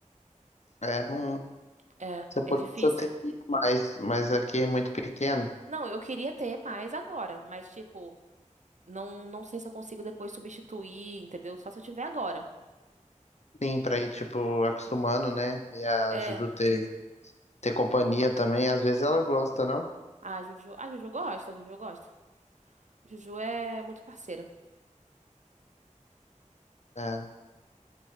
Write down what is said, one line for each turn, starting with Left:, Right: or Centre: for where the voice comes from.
Left: É, não.
Right: É,
Left: Se eu
Right: é
Left: pudesse,
Right: difícil.
Left: eu teria mais, mas aqui é muito pequeno.
Right: Não, eu queria ter mais agora, mas tipo Não, não sei se eu consigo depois substituir, entendeu? Só se eu tiver agora.
Left: Sim, pra ir, tipo, acostumando, né? E a
Right: É.
Left: Juju ter, ter companhia também, às vezes ela gosta, não?
Right: Ah, a Juju. Ah, Juju gosta, a Juju gosta. Juju é muito parceira.
Left: É.